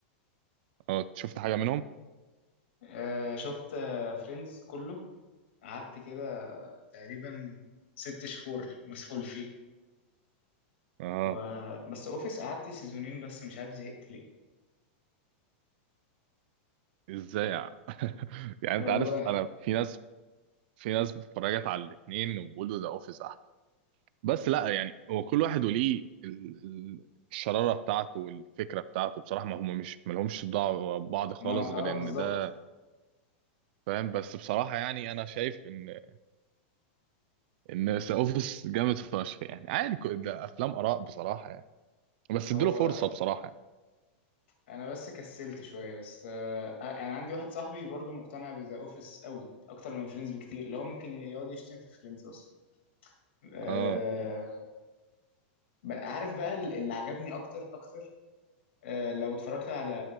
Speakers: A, on the right; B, on the left.
A: اه شفت حاجه منهم
B: آه شفت فريندز كله قعدت كده تقريبا ست شهور مسحول فيه
A: اه
B: و... بس اوفيس قعدت سيزونين بس مش عارف زهقت ليه
A: ازاي يعني <laughs> يعني
B: والله
A: انت عارف انا في ناس في ناس اتفرجت على الاثنين وبيقولوا ذا اوفيس بس لا يعني هو كل واحد وليه ال- ال- الشرارة بتاعته والفكرة بتاعته بصراحة ما هم مش ما لهمش دعوة ببعض خالص
B: ما
A: غير
B: اه
A: ان
B: بالظبط
A: ده فاهم بس بصراحة يعني انا شايف ان ان ذا اوفيس جامد فشخ يعني عادي كو- ده افلام اراء بصراحة يعني بس
B: هو
A: اديله فرصة بصراحة يعني
B: انا بس كسلت شويه بس آه انا عندي واحد صاحبي برضو مقتنع بذا اوفيس قوي اكتر من فريندز بكتير لو ممكن يقعد يشتم في فريندز اصلا آه
A: اه
B: بقى- عارف بقى ال- اللي عجبني اكتر اكتر آه، لو اتفرجت على